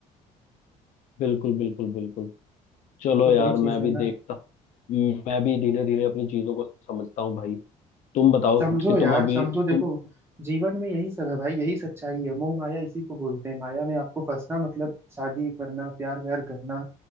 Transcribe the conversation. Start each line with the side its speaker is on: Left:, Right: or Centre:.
Left: बिल्कुल बिल्कुल बिल्कुल चलो
Right: तो
Left: यार
Right: वही चीज
Left: मैं
Right: है
Left: भी
Right: ना
Left: देखता मैं भी धीरे धीरे अपनी चीजों को समझता हूँ भाई तुम बताओ
Right: समझो
Left: कि
Right: यार
Left: तुम अभी
Right: समझो देखो
Left: तुम
Right: जीवन में यही सब है भाई यही सच्चाई है मोह माया इसी को बोलते हैं माया में आपको फंसना मतलब शादी करना प्यार व्यार करना